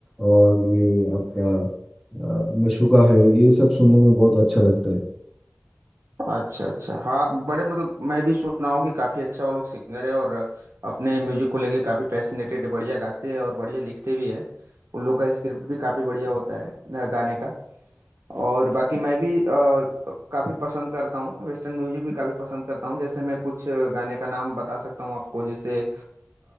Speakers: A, in the centre; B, on the right (about 80°).
A: और ये आपका अ, मशूका है ये सब सुनने में बहुत अच्छा लगता है
B: अच्छा अच्छा हाँ बड़े मतलब मैं भी सुना हूँ कि काफी अच्छा वो लोग सिंगर है और अपने म्यूजिक को लेके काफी पैसिनेटेड बढ़िया गाते हैं और बढ़िया लिखते भी है उन लोग का स्क्रिप्ट भी काफी बढ़िया होता है अ, गाने का और बाकी मैं भी अ, काफी पसंद करता हूँ वेस्टर्न म्यूजिक भी काफी पसंद करता हूँ जैसे मैं कुछ गाने का नाम बता सकता हूँ आपको जैसे